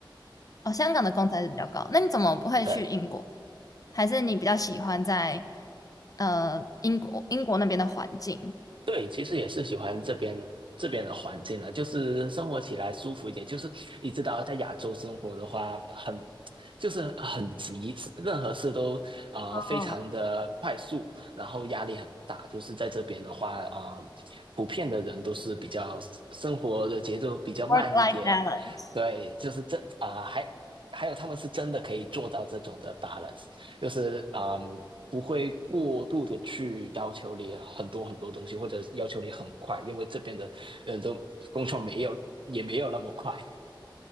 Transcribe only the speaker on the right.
对，
对，其实也是喜欢这边这边的环境了，就是生活起来舒服一点。就是你知道，在亚洲生活的话，很就是很急，任何事都呃非常的快速，
然后压力很大。就是在这边的话，啊、呃普遍的人都是比较生活的节奏比较慢一点。
对，就是真啊、还还有他们是真的可以做到这种的 balance。就是嗯，不会过度的去要求你很多很多东西，或者要求你很快，因为这边的人都工作没有也没有那么快。